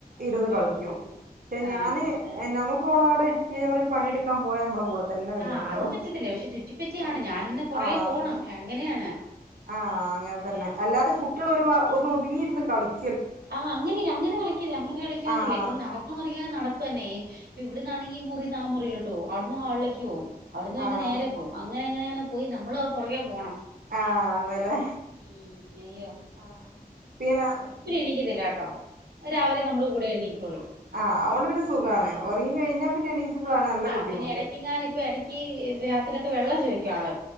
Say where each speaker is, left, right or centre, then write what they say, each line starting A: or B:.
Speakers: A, on the right; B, on the right.
A: ഇരുന്ന്
B: ഉം
A: കളിക്കും
B: ഉം ഉം ഉം.
A: ക്ഷെ
B: ആഹ്
A: ഞാന് എൻ നമുക് പ്പോളാവടിരുത്തീറ്റ് ഞമ്മളൊരു പണിയെടുക്കാൻ പോയാ ഞമ്മള കൂടത് തന്നെ വന്നിട്ടുണ്ടാവും
B: ആഹ് അത് പറ്റത്തില്ല പക്ഷെ ചുറ്റിപ്പറ്റിയാണ്
A: ആഹ്
B: ഞാനിങ്ങനെ പുറകെ
A: ആഹ്
B: പോണം
A: അതന്നെ
B: അങ്ങനെയാണ്
A: ആഹ് അങ്ങനെത്തന്നെ
B: ഉം
A: അല്ലാതെ കുട്ടികളൊരു ഭാഗ് ഒന്നോന്ന് പിന്നീയിരുന്നു കളിക്
B: ആഹ് അങ്ങനെയില്ല അങ്ങനെ കളിക്കില്ല അങ്ങനെ കളിക്കുവൊന്നു
A: ആഹ്
B: ഇല്ല ഇപ്പൊ നടക്കാൻ തുടങ്ങിയേനെ നടപ്പ് അന്നേ <unintelligible> ഇവിടുന്നാണെങ്കി ഈ മുറീന്നാ മുറീലോട്ട് പോവും അവിടുന്ന് ഹാളിലേക്ക്
A: ആഹ്
B: പോവും. അവിടുന്ന് പിന്നെ
A: ആഹ്
B: നേരെ പോവും. അങ്ങനങ്ങനങ്ങനെ പോയി നമ്മ് മ്മളുവാ പൊറകേ പോണം
A: ആഹ് അതെലേ
B: ഉം അയ്യോ
A: ആഹ് പിന ന്ന്
B: എണീക്കത്തില്ലാട്ടോ രാവിലെ നമ്മടെ കൂടേ എണീക്കൊള്ളൂ
A: ആഹ് അതുകൊണ്ട് പിന്നെ സുഖാണ് ഉറങ്ങി കഴിഞ്ഞാ പിന്നെ എണീക്കുമ്പളാണ് നല്ല
B: ആഹ്
A: ബുദ്ധിമുട്ട്
B: പിന്നെ എടയ്ക്കെങ്ങാനും ഇപ്പൊ എടയ്ക്ക് രാത് <inaudible> രാത്രീലൊക്കെ വെള്ളം ചോയ്ക്കും ആള്